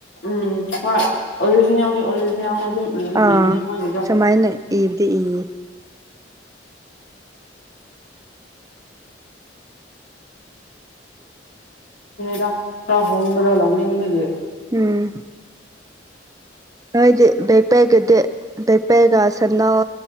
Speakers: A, on the left; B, on the right.
A: ꯎꯝ ꯍꯣꯏ ꯑꯣꯔꯤꯖꯤꯅꯦꯜꯗꯤ ꯑꯣꯔꯤꯖꯤꯅꯦꯜ ꯑꯗꯨꯝ ꯏꯗꯤ
B: ꯑꯥ
A: ꯏꯕꯅꯦ ꯃꯣꯏꯅꯁꯨ
B: ꯁꯨꯃꯥꯏꯅ ꯏꯕꯗꯤ ꯏ
A: <inaudible> ꯈꯔ ꯍꯣꯡꯕꯗꯣ ꯂꯧꯅꯤꯡꯕꯒꯤ
B: ꯎꯝ <unintelligible> ꯄꯦꯛꯄꯦꯒ ꯁꯅꯥꯜ